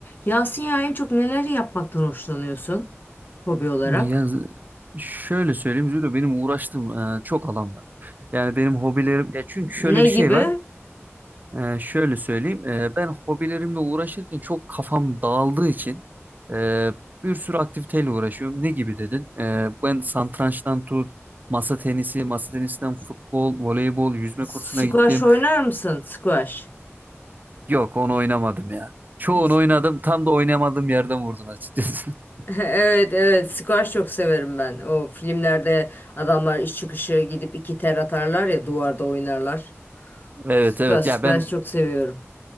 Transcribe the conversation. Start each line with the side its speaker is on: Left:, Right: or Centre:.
Left: Yasin ya en çok neleri yapmaktan hoşlanıyorsun hobi olarak?
Right: Ya z- şöyle söyleyeyim Zülo benim uğraştığım e, çok alan var. Yani benim hobilerim ya çünkü şöyle
Left: Ne
Right: bir şey
Left: gibi?
Right: var. E, şöyle söyleyeyim e, ben hobilerimle uğraşırken çok kafam dağıldığı için e, bir sürü aktiviteyle uğraşıyorum. Ne gibi dedin? E, ben satrançtan tut masa tenisi, masa tenisinden futbol, voleybol, yüzme
Left: Squash
Right: kursuna gittim.
Left: oynar mısın? Squash.
Right: Yok onu oynamadım ya. Çoğunu
Left: İşte-
Right: oynadım. Tam da oynamadığım yerden vurdun açıkçası. <laughs>
Left: <laughs> Evet evet squash çok severim ben. O filmlerde adamlar iş çıkışı gidip iki ter atarlar ya duvarda oynarlar.
Right: Evet
Left: Squash
Right: evet.
Left: squash
Right: Ya ben
Left: çok seviyorum.